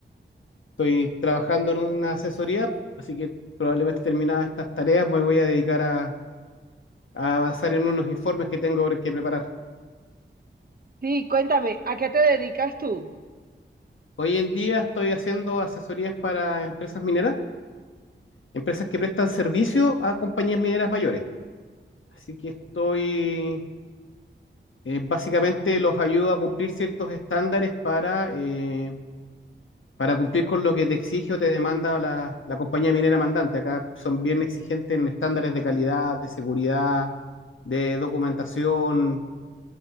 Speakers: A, on the left; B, on the right.
A: Estoy trabajando en una asesoría, así que probablemente terminadas estas tareas me voy a dedicar a, a avanzar en unos informes que tengo que preparar.
B: Sí, cuéntame, ¿a qué te dedicas tú?
A: Hoy en día estoy haciendo asesorías para empresas mineras, empresas que prestan servicio a compañías mineras mayores. Así que estoy eh, básicamente los ayuda a cumplir ciertos estándares para, eh, para cumplir con lo que te exige o te demanda la, la compañía minera mandante. Acá son bien exigentes en estándares de calidad, de seguridad, de documentación